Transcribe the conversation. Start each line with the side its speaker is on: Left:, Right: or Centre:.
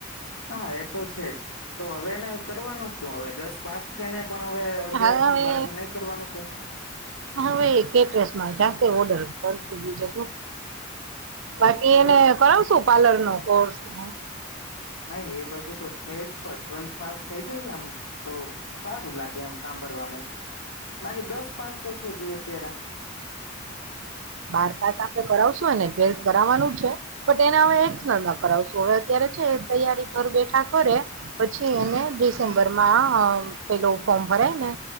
Left: હા એ તો છેજ તો હવેને કરવાનું શું હવે દસ પાસ થઈને પણ હવે અગિયારમું
Right: હા હવે
Left: ને બારમું નહી કરવાનું કે
Right: હવે કેટ્રેસમાં જાસ્તે ઓર્ડર બીજ છો બાકી
Left: એ તો
Right: એને કરાવશું પાર્લર નો કોર્સ ને
Left: નહી એ બધું તો છે જ પણ ટ્વેલ્થ પાસ થઈ જાય આમ તો સારું લાગે એમ સાંભળવામાંય બાકી દસ પાસ તો છે જોઈ તેર
Right: બાર પાસ આપડે કરાવશું ટવેલ્થ કરાવવાનું છે પણ એને હવે એક્સનલમાં કરાવશું હવે અત્યારે છે તૈયારી કર બેઠા કરે પછી એને ડિસેમ્બરમાં પેલો ફોર્મ ભરાયને